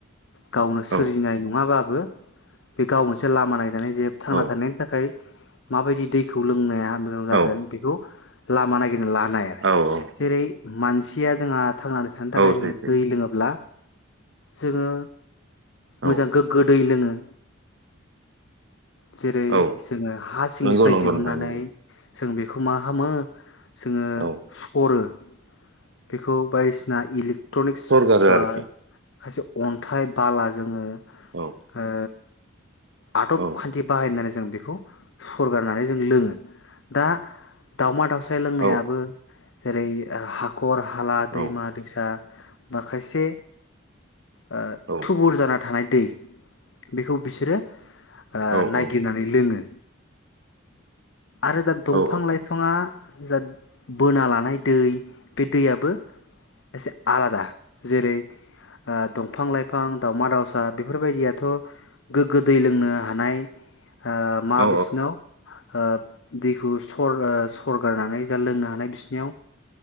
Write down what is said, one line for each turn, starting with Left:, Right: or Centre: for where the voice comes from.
Left: गावनो सोरजिनाय
Right: औ
Left: नङाबा बो बे गाव मोनसे लामा नाय नानै जे थांना
Right: औ
Left: थानायनि थाखाय माबायदि दैखौ लोंनाया मोजां जागोन
Right: औ
Left: बेखौ लामा नागिरना ला नाय आरो।
Right: औ औ
Left: जेरै मानसिया जोंहा थांनानै थानो थाखाय
Right: औ सैथो
Left: जोङो अब्ला जोङो मोजां
Right: औ
Left: गोग्गो दै लोङो। जेरै
Right: औ
Left: जोङो हा सिंनिफ्राय
Right: नंगौ नंगौ
Left: दिहुननानै
Right: नोंथां नंगौ
Left: जों बेखौ मा खामो जोङो
Right: औ
Left: सरो बेखौ बायदिसिना इलिक ट्रनिक्स
Right: सरगारो
Left: बा
Right: आरोखि
Left: खायसे अन्थाइ बाला जोङो ओ
Right: औ
Left: आदब
Right: औ
Left: खान्थि बाहायनानै जो जों बेखौ सरगारनानै जों लोङो। दा दाावमा दाउसा लोंनायाबो
Right: औ
Left: जेरै हा खर हाला,
Right: औ
Left: दैमा दैसा माखायसे ओ
Right: औ
Left: थुबुर जाना थानाय दै बेखौ बिसोरो ओ
Right: औ
Left: नायगिरनानै
Right: औ
Left: लोङो। आरो दा दंफां
Right: औ
Left: लाइफाङा जा बोना लानाय दै बे दैयाबो एसे आलादा। जेरै दंफां लाइफां दाावमा दाउसा बेफोरबायदियाथ' गोग्गो दै लोंनो हानाय ओ मा
Right: औ
Left: बिसिनाव ओ दैखौ सर--सरगारनानै जेन लोंनो हानाय बिसनियाव